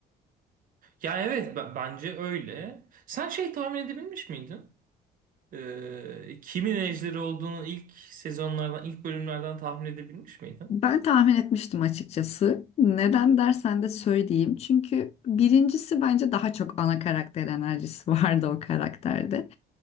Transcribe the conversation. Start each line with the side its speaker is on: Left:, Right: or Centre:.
Right: Ya evet b- bence öyle. Sen şey tahmin edebilmiş miydin? Ee, kimin ejderi olduğunu ilk sezonlardan, ilk bölümlerden tahmin edebilmiş miydin?
Left: Ben tahmin etmiştim açıkçası. Neden dersen de söyleyeyim. Çünkü birincisi bence daha çok ana karakter enerjisi <laughs> vardı o karakterde.